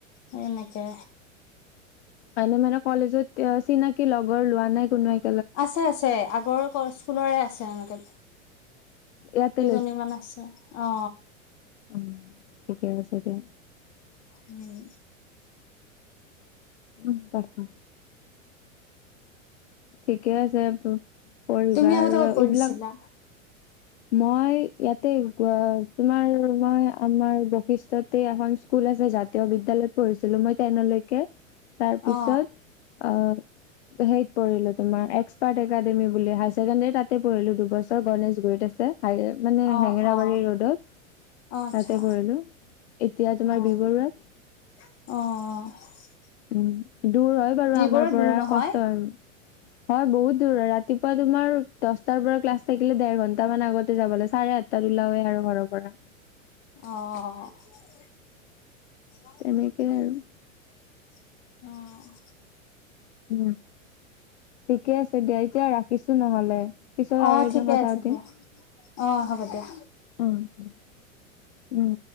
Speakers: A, on the left (about 40°); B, on the left (about 55°).
A: এই এনেকে
B: এনে মানে কলেজত চিনাকি লগৰ লোৱা নাই কোনো এক
A: আছে- আছে আগৰ কৰ স্কুলৰে আছে এনেকে।
B: ইয়াতে
A: কেইজনী মান আছে অ।
B: উম, ঠিকে আছে দিয়া।
A: হম।
B: উম, তাকে। ঠিকে আছে প পঢ়িবা
A: তুমি আগতে
B: আৰু
A: ক'ত পঢ়িছিলা
B: এইবিলাক। মই ইয়াতে গুৱা তোমাৰ মই আমাৰ বৈশিষ্ট্যতে এখন স্কুল আছে যাত তীয় বিদ্যালয়ত পঢ়িছিলোঁ মই তেনলৈকে তাৰ পিছত
A: অ
B: আহ সেইত পঢ়িলোঁ তোমাৰ এক্সপাৰ্ট একাডেমি বুলি হায়াৰ ছেকেণ্ডাৰী তাতে পঢ়িলোঁ দুবছৰ গণেশগুৰিত আছে। ছে মানে
A: অ
B: হেঙেৰাবাৰী
A: অ
B: ৰোডত।
A: অ আচ্ছা
B: তাতে পঢ়িলোঁ এতিয়া তোমাৰ
A: অ
B: বি বৰুৱাত।
A: অ',
B: উম, দূৰ হয় বাৰু
A: যিবোৰো
B: আমাৰ পৰা
A: দূৰ নহয়
B: কষ্ট আৰু। হয় বহুত দূৰ হয় ৰাতিপুৱা তোমাৰ দছটাৰ পৰা ক্লাছ থাকিলে দেৰ ঘণ ণ্টা মান আগতে যাব লাগে চাৰে আঠটাত উলাওৱে আৰু ঘৰৰ পৰা।
A: অ'!
B: তেনেকে আৰু
A: অ'!
B: উম! ঠিকে আছে, দিয়া। এতিয়া, ৰাখিছোঁ নহ'লে, পিছত
A: অ
B: আৰু এদিন
A: ঠিকে
B: কথা
A: আছে
B: পাতিম।
A: দিয়া অ, হ'ব দিয়া।
B: উম- উম